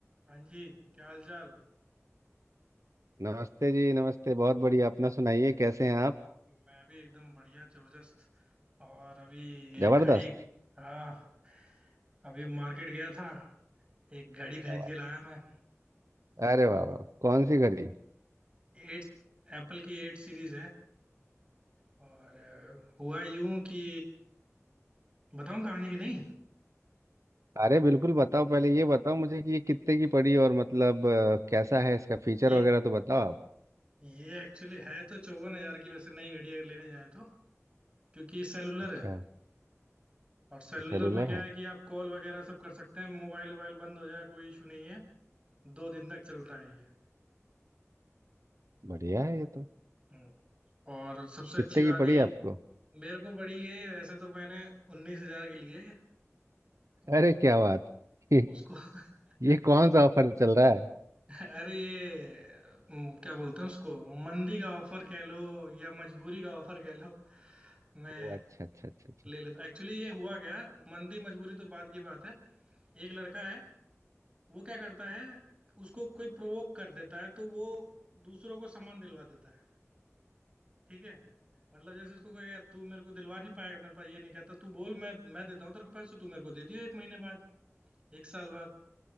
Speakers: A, on the right (about 20°); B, on the right (about 75°).
A: हाँ जी क्या हाल चाल
B: नमस्ते जी नमस्ते बहुत बढ़िया अपना सुनाइए कैसे हैं आप
A: मैं भी एकदम बढ़िया जबरदस्त और अभी
B: जबरदस्त
A: एक घड़ी हाँ अभी मार्केट गया था एक घड़ी खरीद
B: क्या बात
A: के लाया मैं
B: है। अरे
A: तो
B: वाह वाह कौन सी घड़ी
A: एट एप्पल की एट सीरीज है और अ, हुआ यूं कि बताऊं कहानी की नहीं
B: अरे बिल्कुल बताओ पहले ये बताओ मुझे कि ये कितने की पड़ी और मतलब अ, कैसा है इसका फीचर
A: ये
B: वगैरह तो बताओ आप
A: ये एक्चुअली है तो चौवन हजार की वैसे नई घड़ी अगर लेने जाए तो क्योंकि सेलुलर
B: अच्छा
A: है और सेलुलर
B: ये सेलुलर
A: में क्या
B: है
A: है कि आप कॉल वगैरह सब कर सकते हैं मोबाइल वोबाइल बंद हो जाए कोई इशू नहीं है दो दिन तक चलता है ये
B: बढ़िया है ये तो
A: हम्म। और सबसे
B: कितने
A: अच्छी बात
B: की
A: ये
B: पड़ी आपको
A: मेरे को पड़ी ये वैसे तो मैंने उन्नीस हजार के लिए तो
B: अरे क्या बात <laughs>
A: उसको <laughs>
B: ये कौन सा ऑफर चल रहा है
A: अरे ये अम, क्या बोलते हैं उसको मंदी का ऑफर कह लो या मजबूरी का ऑफर कह लो मैं
B: ओ अच्छा अच्छा अच्छा अच्छा
A: ले लेता एक्चुअली ये हुआ क्या मंदी मजबूरी तो बाद की बात है एक लड़का है वो क्या करता है उसको कोई प्रोवोक कर देता है तो वो दूसरों को सामान दिलवा देता है ठीक है मतलब जैसे उसको कहेगा तू मेरे को दिलवा नहीं पाएगा मेरे पास ये नहीं कहता तू बोल मैं मैं देता हूँ तेरे को पैसे तो तू मेरे को दे दियो एक महीने बाद एक साल बाद